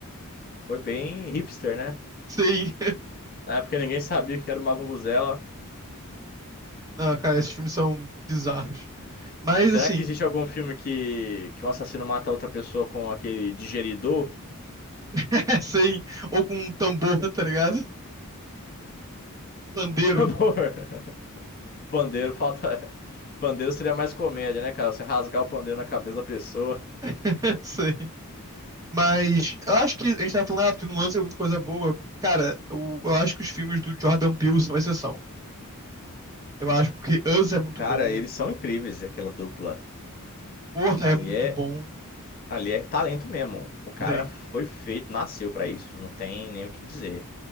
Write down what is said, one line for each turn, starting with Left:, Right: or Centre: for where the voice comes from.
Left: foi bem hipster, né?
Right: Sim.
Left: Na época ninguém sabia o que era uma vuvuzela.
Right: Ah, cara, esses filmes são bizarros. Mas
Left: Será
Right: assim,
Left: que existe algum filme que, que um assassino mata outra pessoa com aquele digeridor?
Right: <laughs> sim. Ou com um tambor, tá ligado? Pandeiro.
Left: Com tambor? <laughs> Pandeiro falta. Pandeiro seria mais comédia, né, cara? Você rasgar o pandeiro na cabeça da pessoa.
Right: <laughs> Sim. Mas eu acho que a gente tava falando, ah, porque não lança muita coisa boa. Cara, eu, eu acho que os filmes do Jordan Peele são exceção. Eu acho porque Us é muito
Left: Cara,
Right: bom.
Left: eles são incríveis, aquela dupla.
Right: Corra
Left: Ali
Right: é muito
Left: é,
Right: bom.
Left: ali é talento mesmo. O cara
Right: Sim,
Left: foi feito, nasceu pra isso. Não tem nem o que dizer.